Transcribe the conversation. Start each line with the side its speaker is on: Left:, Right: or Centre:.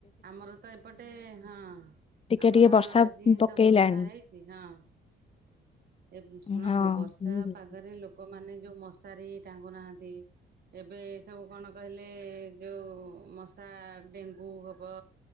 Right: ଆମର ତ ଏପଟେ ହଁ
Left: ଟିକେ
Right: ଆମର
Left: ଟିକେ ବର୍ଷା
Right: ଆଜି
Left: ପକେଇଲାଣି।
Right: ତ ବର୍ଷା ହେଇଛି ହଁ। ଏ ଶୁଣନ୍ତୁ
Left: ହଁ।
Right: ବର୍ଷା ପାଗରେ ଲୋକମାନେ ଯୋଉ ମଶାରୀ ଟାଙ୍ଗୁନାହାନ୍ତି, ଏବେ ସବୁ କଣ କହିଲେ ଯୋଉ ମଶା ଡେଙ୍ଗୁ ହବ।